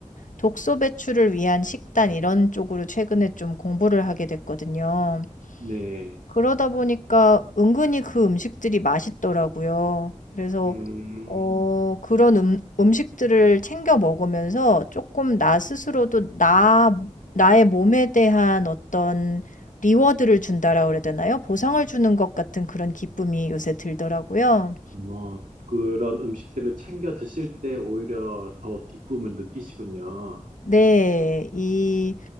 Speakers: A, on the left; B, on the right.
A: 독소 배출을 위한 식단 이런 쪽으로 최근에 좀 공부를 하게 됐거든요.
B: 네.
A: 그러다 보니까 은근히 그 음식들이 맛있더라고요. 그래서
B: 음.
A: 어, 그런 음, 음식들을 챙겨 먹으면서 조금 나 스스로도 나, 나의 몸에 대한 어떤 리워드를 준다라 그래야 되나요? 보상을 주는 것 같은 그런 기쁨이 요새 들더라고요.
B: 뭐 그런 음식들을 챙겨 드실 때 오히려 더 기쁨을 느끼시군요.
A: 네, 이